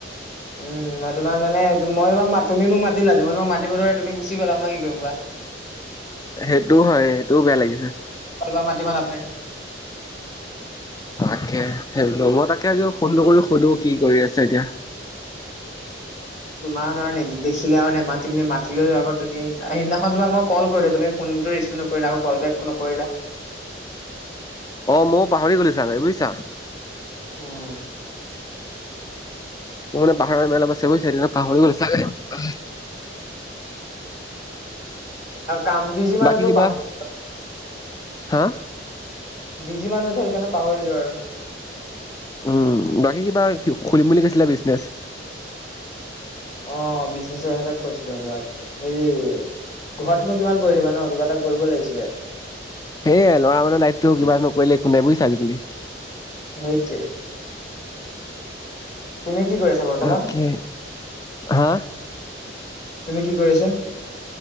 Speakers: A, on the left; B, on the left.
A: উম' মই তোমাক মানে, মই তোমাক, তুমি মোক মাতিলা যে মই তোমাক মাতিব ধৰোঁতে তুমি গুচি গলা, মই কি কৰিম কোৱা?
B: সেইটো হয়, সেইটো বেয়া লাগিছে।
A: <unintelligible> পা মাতিব নেপাই।
B: তাকে, লগৰ এটাকে আজি ফোনটো কৰি সুধো, কি কৰি আছে এতিয়া? <inaudible>
A: তোমাক আৰু দেখিলে আৰু নেমাতিম নে, মাতিলো আকৌ তুমি সেইদিনাখন তোমাক মই কল কৰিলো, তুমি ফোনটো ৰিচিভ নকৰিলা, আকৌ কল বেক নকৰিলা।
B: অ' মইও পাহৰি গলো চাগে বুইছা।
A: উম'।
B: মোৰ মানে পাহৰা বেমাৰ অলপ আছে বুইছা, সেইটো কাৰণে পাহৰিলো গলোঁ চাগে।
A: কাম বিজি মানুহতো
B: বাকী কিবা?
A: পাহ
B: হা?
A: বিজি মানুহ যে, সেইকাৰণে পাহৰিলো যোৱা আৰু।
B: উম' বাকী কিবা খুলিম বুলি কৈছিলা বিজনেছ?
A: অ' বিজনেছৰ কথা এটা কৈছিলো মই তোমাক। হেৰি, ঘৰতনো কিমান বহি থাকিবা ন, কিবা এটা কৰিব লাগিছিলে।
B: সেয়া ল'ৰা মানুহ লাইফটো কিবা নকৰিলে একো নাই বুইছা আজিকালি।
A: সেইটোৱে। তুমি কি কৰি আছা বৰ্তমান?
B: তাকে, হা?
A: তুমি কি কৰি আছা?